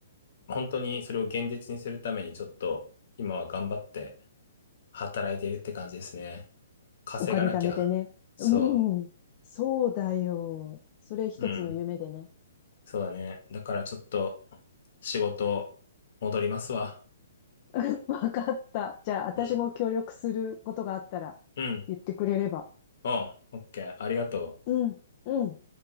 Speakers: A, on the left; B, on the left.
A: 本当にそれを現実にするために、ちょっと、今は頑張って働いているって感じですね。稼がなきゃ。
B: お金貯めてね。
A: そ
B: うん。そうだよ。それ一つの夢でね。
A: う。うん。そうだね。だからちょっと仕事戻りますわ。
B: <laughs> わかった。じゃあ、私も協力することがあったら
A: うん。うん。
B: 言ってくれれば。
A: おう、オッケー。ありがとう。
B: うん、うん。